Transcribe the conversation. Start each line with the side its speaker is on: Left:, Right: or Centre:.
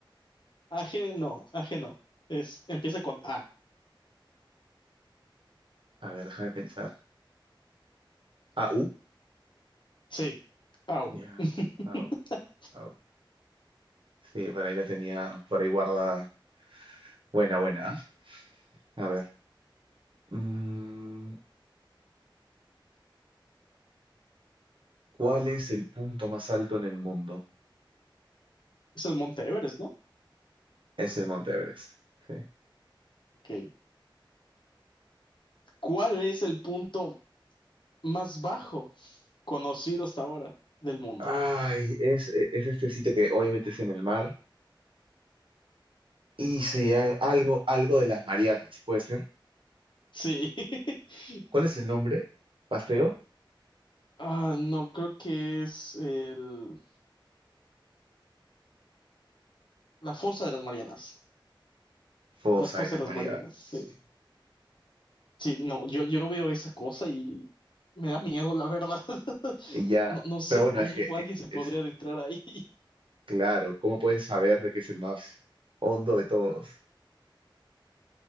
Left: AG no, AG no. Es, empieza con A.
Right: A ver, déjame pensar. AU.
Left: Sí. Au.
Right: Ya,
Left: <laughs>
Right: AU, AU. Sí, por ahí la tenía, por ahí guarda. Buena, buena. ¿ah? A ver. Mm, ¿cuál es el punto más alto en el mundo?
Left: Es el Monte Everest, ¿no?
Right: Es el Monte Everest. Sí.
Left: Ok. ¿Cuál es el punto más bajo conocido hasta ahora del mundo?
Right: Ay, es, es este sitio que obviamente es en el mar y se llama algo, algo de las Marianas, puede ser.
Left: Sí. <laughs>
Right: ¿Cuál es el nombre? Paseo,
Left: Ah, no, creo que es el- la fosa de las Marianas.
Right: Fosa
Left: La fosa
Right: de las
Left: de las
Right: Marianas.
Left: Marianas, sí.
Right: Sí.
Left: Sí, no, yo, yo veo esa cosa y me da miedo, la verdad. <laughs>
Right: Y ya,
Left: No, no sé
Right: pero bueno,
Left: cómo
Right: es que es,
Left: alguien
Right: que-
Left: se
Right: es
Left: podría adentrar ahí. <laughs>
Right: claro, ¿cómo pueden saber de que es el más hondo de todos?